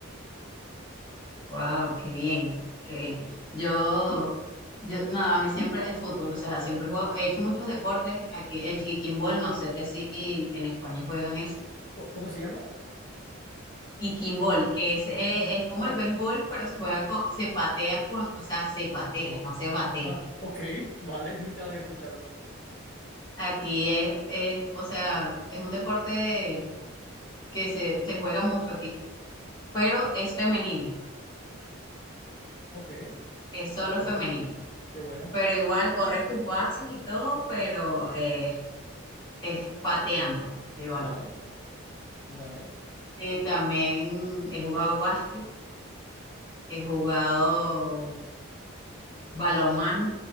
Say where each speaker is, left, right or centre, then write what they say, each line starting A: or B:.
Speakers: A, on the left; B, on the left.
A: Wow, qué bien, qué bien. Yo, yo, no, a mí siempre el fútbol, o sea, siempre he jugado- he hecho muchos deportes. Aquí el kicking ball, no sé si en España juegan eso.
B: Co- ¿Cómo se llama?
A: Kicking ball, que es, eh,
B: Mm,
A: es como
B: No.
A: el béisbol, pero se juega con, se patea con, o sea, se patea, no se batea.
B: Ah, ok, <laughs> vale, nunca lo había escuchado.
A: Aquí es, es, o sea, es un deporte que se, se juega mucho aquí, pero es femenino,
B: Ok, qué
A: es solo
B: bueno,
A: femenino.
B: qué bueno.
A: Pero igual corres tus bases y todo, pero eh, es pateando el balón.
B: Vale, vale.
A: Eh, también he jugado básquet, he jugado balonmano